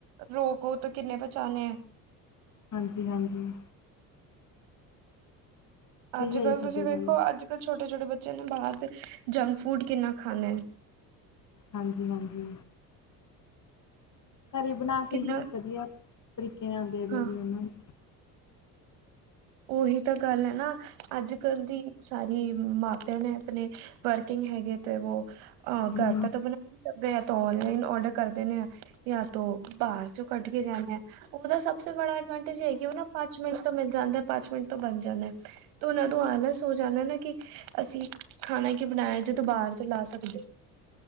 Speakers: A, on the right (about 70°); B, on the left (about 40°).
A: ਰੋਗੋ ਤੋਂ ਕਿੰਨੇ ਬਚਾਣੇ ਆ।
B: ਹਾਂਜੀ- ਹਾਂਜੀ। ਸਹੀ
A: ਅੱਜ-ਕੱਲ
B: ਹੈ ਜੀ ਤੁਹਾਡੀ
A: ਤੁਸੀਂ ਵੇਖੋ
B: ਗੱਲ
A: ਅੱਜ-ਕੱਲ ਛੋਟੇ-ਛੋਟੇ ਬੱਚਿਆਂ ਨੇ ਬਾਹਰ ਦੇ ਜੰਕ ਫੂਡ ਕਿੰਨਾ ਖਾਣਾ ਐ।
B: ਹਾਂਜੀ-ਹਾਂਜੀ, ਘਰੇ ਬਣਾ ਕੇ
A: ਕਿੰਨਾ
B: ਹੀ ਵਧੀਆ। ਤਰੀਕੇ ਨਾਲ ਦੇ ਦੋ
A: ਹਾਂ
B: ਜੀ ਉਹਨਾਂ ਨੂੰ,
A: ਉਹੀ ਤਾਂ ਗੱਲ ਹੈ ਨਾ, ਅੱਜ-ਕੱਲ ਦੀ ਸਾਰੀ ਮਾਪਿਆਂ ਨੇ ਆਪਣੇ ਵਰਕਿੰਗ ਹੈਗੇ ਤੇ ਵੋ ਅ
B: ਹਮ
A: ਘਰ ਦਾ ਤਾਂ ਬਣਾ ਨਹੀਂ ਸਕਦੇ ਆ ਔਨਲਾਈਨ ਓਡਰ ਕਰਦੇ ਨੇ। ਯਾ ਤੋ ਬਾਹਰ ਚੋਂ ਕੱਢ ਕੇ ਜਾਣਾ ਆ ਉਹਦਾ ਸਭ ਤੋਂ ਬੜਾ ਐਡਵਾਂਟੇਜ ਹੈਗੀ ਉਹ ਨਾ ਪੰਜ ਮਿੰਟ ਤੋ ਮਿਲ ਜਾਂਦਾ ਪੰਜ ਮਿੰਟ ਤੋ ਬਣ ਜਾਣਾ। ਤੋ ਉਹਨਾਂ ਨੂੰ ਆਲਾਸ ਹੋ ਜਾਣਾ ਕਿ ਅਸੀਂ ਖਾਣਾ ਕਿਉ ਬਣਾਇਆ ਜੇ ਤੂੰ ਬਾਹਰ ਤੋਂ ਲਾ ਸਕਦੇ।